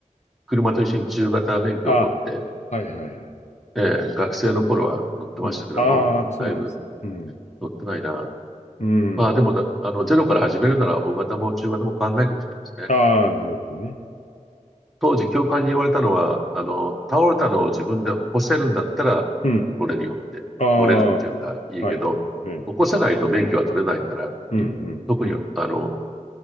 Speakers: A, in the centre; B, on the left.
A: 車と一緒に中型免許を取って、
B: ああ、はいはいはい。
A: ええ学生の頃は乗ってましたけども、
B: うん。ああ、そうなんです。
A: だいぶ
B: うん。
A: 乗ってないな。
B: うん。
A: まあでもだ、あの、ゼロから始めるなら大型も中型も変わんないかもしれないですね。
B: ああ、なるほどね。
A: 当時教官に言われたのは、あの、倒れたのを自分で起こせるんだったら乗れるよって、
B: うん。ああ、
A: 乗れるっていうかいいけど、
B: はいはい。うん。
A: 起こせないと免許は取れないからっていうふうに、
B: うん、うん、
A: 特にあの、
B: うん。